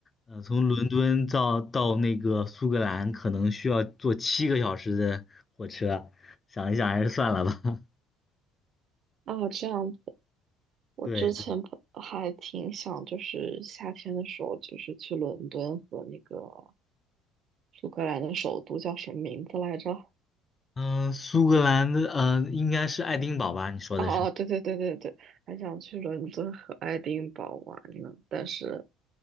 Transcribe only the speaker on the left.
呃，从伦敦到到那个苏格兰可能需要坐七个小时的火车，想一想还是算了吧。<laughs>
对，对
嗯，苏格兰的，呃，应该是爱丁堡吧？你说的是，